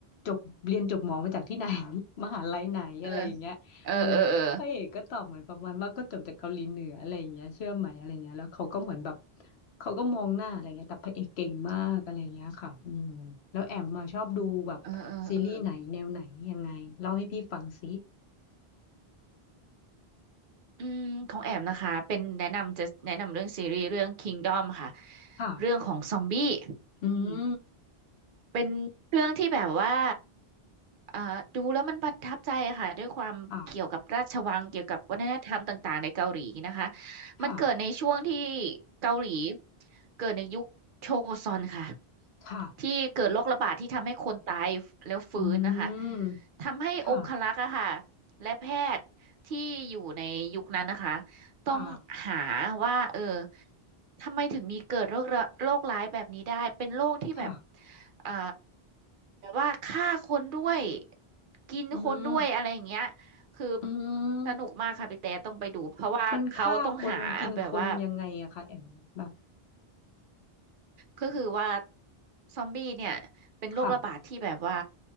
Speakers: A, on the left; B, on the right.
A: จบเรียนจบหมอมาจากที่ไหน <laughs> มหาลัยไหนอะไรอย่างเงี้ยเออ
B: เออ เออเออเออ
A: พระเอกก็ตอบเหมือนประมาณว่าก็จบจากเกาหลีเหนืออะไรอย่างเงี้ยเชื่อไหมอะไรเงี้ยแล้วเขาก็เหมือนแบบเขาก็มองหน้าอะไรเงี้ยแต่พระเอกเก่งมากอะไรเงี้ยค่ะอืมแล้วแอมมาชอบดูแบบซีรีส์ไหนแนวไหนยังไงเล่าให้พี่ฟังสิ
B: เออเออเอออืมของแอมนะคะเป็นแนะนำจะแนะนำเรื่องซีรีส์เรื่อง Kingdom ค่ะ
A: ค่ะ
B: เรื่องของซอมบี้
A: อืม
B: อืมเป็นเรื่องที่แบบว่า อ่าดูแล้วมันประทับใจค่ะด้วยความเกี่ยวกับราชวังเกี่ยวกับวัฒนธรรมต่างๆในเกาหลีนะคะ
A: ค่ะค่ะ
B: มันเกิดในช่วงที่เกาหลีเกิดในยุคโชซอนค่ะ
A: ค่ะ
B: ที่เกิดโรคระบาดที่ทำให้คนตายแล้วฟื้นนะคะ
A: อืม
B: ทำให้องครักษ์อะค่ะ
A: ค่ะ
B: และแพทย์ที่อยู่ในยุคนั้นนะคะต้องหา
A: ค่ะ
B: ว่าเออ ทำไมถึงมีเกิดโรคระโรคร้ายแบบนี้ได้เป็นโรคที่แบบ
A: ค่ะ
B: เอ่อแบบว่าฆ่าคนด้วย กินคนด้วยอะไรอย่างเงี้ย
A: อืม
B: คือ
A: อืม
B: สนุกมากค่ะพี่แต่ต้องไปดูเพราะว่าเขาต้องหาแบบว่า
A: มันฆ่าคนกินคนยังไงอะคะแอมแบบ
B: ก็คือว่าซอมบี้เนี่ยเป็นโรคระบาดที่แบบว่า
A: ค่ะ